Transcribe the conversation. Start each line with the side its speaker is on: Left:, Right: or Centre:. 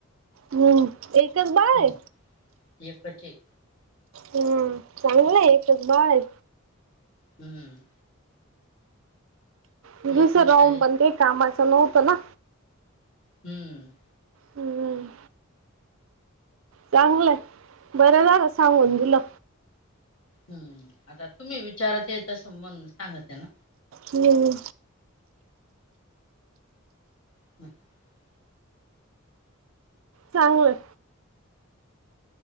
Right: हुं. एकच बाळ
Left: हम्म
Right: हाय.
Left: एकच ए.
Right: हू चांगल हाय एकच बाळ ये.
Left: हुं.
Right: विसराहून
Left: एक मोठं आहे
Right: पण काही कामाचं नव्हतं ना.
Left: हुं.
Right: हम्म चांगल हाय, बरं झालं सांगून दिलं.
Left: हू आता तुम्ही विचारत आहे तसं म्हणून सांगा त्यांना.
Right: हू हू.
Left: <unintelligible>
Right: चांगलं